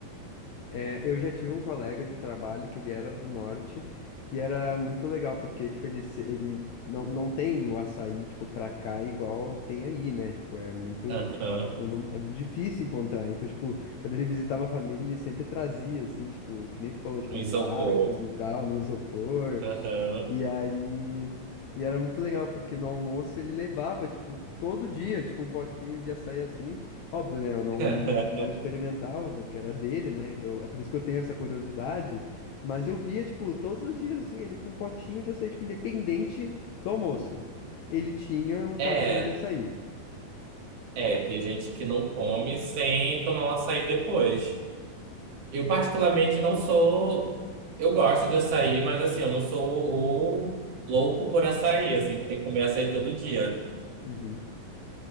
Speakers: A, on the left; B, on the right.
A: É, eu já tive um colega de trabalho que ele era do norte e era muito legal, porque, tipo, ele, se- ele não, não tem o açaí, tipo, pra cá igual tem aí, né? Tipo, é muito,
B: Aham,
A: tipo, não, é muito difícil encontrar. Então, tipo, quando ele visitava a família, ele sempre trazia, assim, tipo, que nem tu falou, tipo,
B: Um
A: em
B: isopor.
A: sacos e tal, no isopor.
B: Aham.
A: E aí. E era muito legal, porque no almoço ele levava, tipo, todo dia, tipo, um potinho de açaí assim. Óbvio, né? Eu não,
B: <laughs>
A: não, não experimentava, porque era dele, né? Então é por isso que eu tenho essa curiosidade. Mas eu via, tipo, todos os dias, assim, ele com um potinho de açaí, tipo, independente do almoço. Ele tinha um
B: É,
A: potinho de açaí.
B: é, tem gente que não come sem tomar um açaí depois. Eu particularmente não sou. Eu gosto de açaí, mas assim, eu não sou o louco por açaí, assim, que tem que comer açaí todo dia.
A: Uhum.